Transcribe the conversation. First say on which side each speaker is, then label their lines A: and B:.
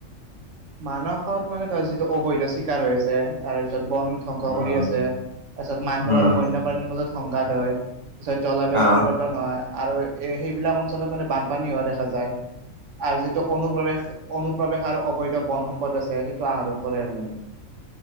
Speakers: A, on the right; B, on the right.
A: মানসত মানে ধৰ যিটো অবৈধ চিকাৰ হৈ আছে। তাৰ পিছত বন ধ্বংস
B: উম
A: কৰি আছে। তাৰপিছত মানুহ
B: উম
A: আৰু বন্যপ্ৰাণীৰ মাজত সংঘাত হয়। তাপিছত জলবায়ু
B: অ
A: পৰিৱৰ্তন হয় আৰু এই সেইবিলাক অঞ্চলত মানে বানপানী হোৱা দেখা যায়। আৰু যিটো অনুপ্ৰৱেশ অনুপ্ৰৱেশ আৰু অবৈধ বন সম্পদ আছে সেই টো আহা ধন কৰে আৰু মানে।